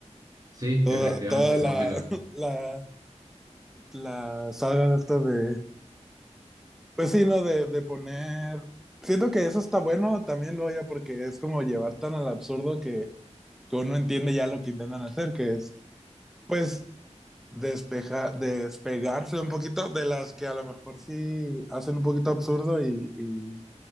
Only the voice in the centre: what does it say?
Toda,
toda
la, <laughs> la, la saga esta de... Pues sí, ¿no? De, de poner... Siento que eso está bueno también, lo ya, porque es como llevar tan al absurdo que, que uno entiende ya lo que intentan hacer, que es, pues, despeja, despegarse un poquito de las que a lo mejor sí hacen un poquito absurdo y, y